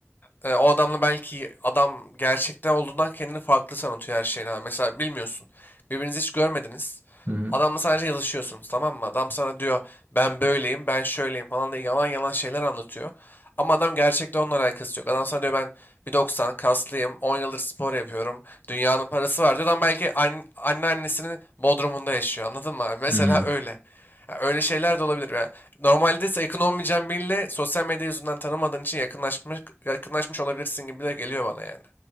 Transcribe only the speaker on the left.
e, o adamla belki adam gerçekte olduğundan kendini farklı sanatıyor her şeyine. Mesela bilmiyorsun. Birbirinizi hiç görmediniz.
Adamla sadece yazışıyorsunuz tamam mı? Adam sana diyor ben böyleyim, ben şöyleyim falan diye yalan yalan şeyler anlatıyor. Ama adam gerçekte onunla alakası yok. Adam sana diyor ben bir doksan kaslıyım, 10 yıldır spor yapıyorum, dünyanın parası var diyor. Adam belki anne, anneannesinin bodrumunda yaşıyor anladın mı? Mesela
öyle. Ya öyle şeyler de olabilir. Yani normalde ise yakın olmayacağın biriyle sosyal medya yüzünden tanımadığın için yakınlaşmış, yakınlaşmış olabilirsin gibi de geliyor bana yani.